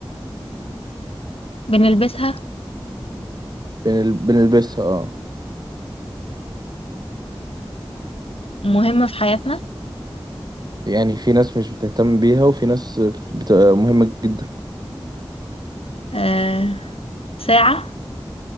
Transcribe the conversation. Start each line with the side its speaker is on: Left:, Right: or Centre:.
Left: بنلبسها
Right: بنل... بنلبسها اه
Left: مهمة في حياتنا
Right: يعني في ناس مش بتهتم بيها وفي ناس بت... بتبقى مهمة جدا
Left: آه. ساعة